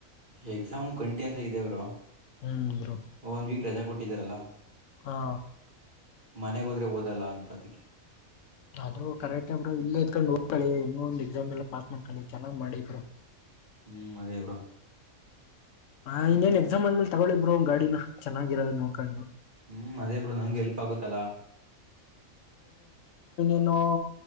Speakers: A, on the right; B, on the left.
A: ಎಕ್ಸಾಮು ಕಂಟಿನ್ಯೂಸ್ ಆಗಿದೆವರು
B: ಹ್ಮ್ ಬ್ರೋ
A: ಒನ್ ವೀಕ್ ರಾ ಕೊಟ್ಟ ಇಟ್ಟಿದಾರಲ್ಲ
B: ಹಾ
A: ಮನೆಗ್ ಹೋದ್ರೆ ಓದಲ್ಲ ಅಂತ ಅದಕ್ಕೆ
B: ಅದು ಕರೆಕ್ಟ್ ್ರ ಇಲ್ಲ ಎತ್ಕೊಂಡು ಹೋಗ್ಕಳಿ ಇನ್ನೊ ಒಂದ್ ಎಕ್ಸಾಮ್ ಎಲ್ಲಾ ಪಾಸ್ ಮಾಡ್ಕಿ ಚೆನ್ನ್ ಮಾಡಿಬರು
A: ಹ್ಮ್ ಅದೇ ಬ್ರೋ
B: ಹ ಇನ್ನೇನ್ ಎಕ್ಸಾಮ್ ಅಂದ್ಮಲೆ ತಗಳಿಬರು್ ಗಾಡಿನ ಚೆನ್ನಾಗಿರೋದ ನಡ್ಕೊಂಡು
A: ಹ್ಮ್ ಅದೇ ಬ್ರೋ ನನ್ಗೆ ಎಲ್ಪ್ ಆಗುತ್ತಲ್ಲ
B: ಇನ್ನು